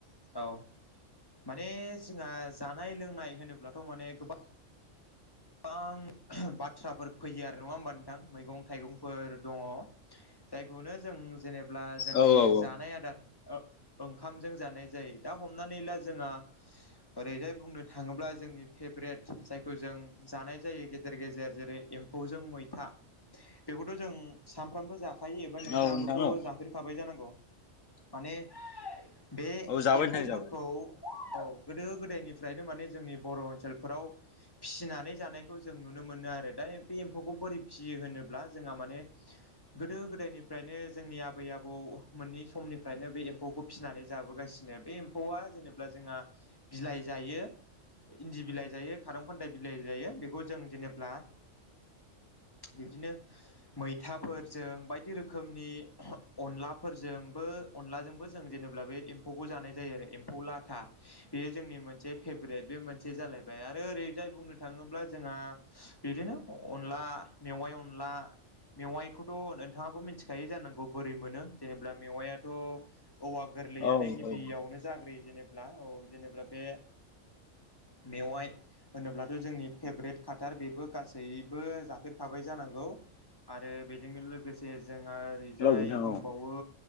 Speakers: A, on the left; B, on the left.
A: औ माने जोंहा जानाय लोंनाय होनोब्लाथ' माने गोबां गोबां बाथ्राफोर फैयो आरो नङा होमबा नोंथां मैगं थाइगंफोर दङ'। जायखौनो जों जेनेब्ला जोंनि
B: औ औ
A: जानाय
B: औ
A: आदार ओंखामजों जानाय जायो दा हमनानै ला जोंहा ओरैनो बुंनो थाङोब्ला जोंनि फेभरेट जायखौ जों जानाय जायो गेजेर गेजेर जेरै एम्फौजों मैथा बेखौथ' जों सानफ्रामबो जाखायो एबा नोंथाङाबोथ'
B: औ नोंथां औ
A: जाफेर खाबाय जानांगौ माने बे
B: औ जाबाय
A: एम्फौफोरखौ
B: नोंथां जाबाय
A: औ गोदो गोदायनिफ्रायनो माने जोंनि बर' ओनसोलफोराव फिसिना नै जानायखौ जों नुनो मोनो आरो दा बे एम्फौखौ बोरै फिसियो होनोब्ला जोंहा माने गोदो गोदायनिफ्रायनो जोंनि आबै आबौ मोननै समनिफ्रायनो बे एम्फौखौ फिसिनानै जाबोगासिनो बे एम्फौआ जेनेबा जोंहा बिलाइ जायो। इन्दि बिलाइ जायो खारं खान्दाय बिलाइ जायो बेखौ जों जेनेब्ला बिदिनो मैथाफोरजों बायदि रोखोमनि अनलाफोरजोंबो अनलाजोंबो जों जेनेबा बे एम्फौखौ जानाय जायो आरो एम्फौ लाथा बेयो जोंनि मोनसे फेभरेट बे मोनसे जालायबाय आरो ओरै जाय बुंनो थाङोब्ला जोंहा बिदिनो अनला मेवाइ अनला मेवाइखौथ' नोंथाङाबो मिथिखायो जानांगौ बोरै मोनो जेनेब्ला मेवायाथ' औवा गोरलैयानो
B: औ
A: गिबियावनो
B: औ
A: जाग्रोयो जेने औ जेनेब्ला बे मेवाइ होनोब्ला जोंनि फेभरेट खाथार बेबो गासैबो जाफेरखाबाय जानांगौ आरो बेजोंनो लोगोसे जोंहा ओरैजाय
B: औ नोंथां
A: दंबावो
B: औ